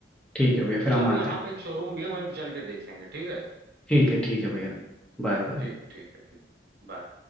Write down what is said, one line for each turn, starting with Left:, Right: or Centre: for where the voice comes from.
Centre: ठीक है भैया फिर हम
Right: चलो
Centre: आते
Right: यहाँ
Centre: हैं
Right: पे एक शोरूम भी है वहीं पे चल के देख लेंगे ठीक है
Centre: ठीक है ठीक है भैया Bye bye
Right: ठीक ठीक है ठीक बाय